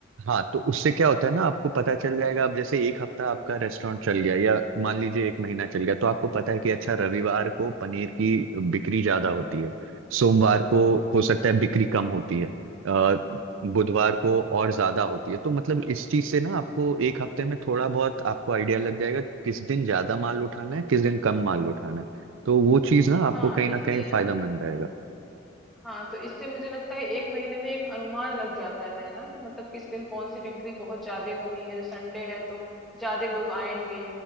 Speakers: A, on the right; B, in the centre.
A: हाँ तो उससे क्या होता है ना आपको पता चल जाएगा अब जैसे एक हफ्ता आपका रेस्टोरेंट चल गया या मान लीजिए एक महीना चल गया तो आपको पता है कि अच्छा रविवार को पनीर की बिक्री ज्यादा होती है सोमवार को
B: हुँ,
A: हो सकता है बिक्री कम होती है अ, बुधवार को और ज्यादा होती है तो मतलब इस चीज से ना आपको एक हफ्ते
B: हुँ।
A: में थोड़ा बहुत आपको आइडिया लग जाएगा कि किस दिन ज्यादा माल उठाना है किस दिन कम माल उठाना है तो वो चीज ना आपको
B: हाँ,
A: कहीं
B: इससे
A: ना कहीं फायदामंद रहेगा
B: हाँ, तो इससे मुझे लगता है 1 महीने में एक अनुमान लग जाता है ना कि मतलब किस दिन कौन-सी बिक्री बहुत ज़्यादा होनी है। जैसे संडे है तो ज़्यादा लोग आएँगे,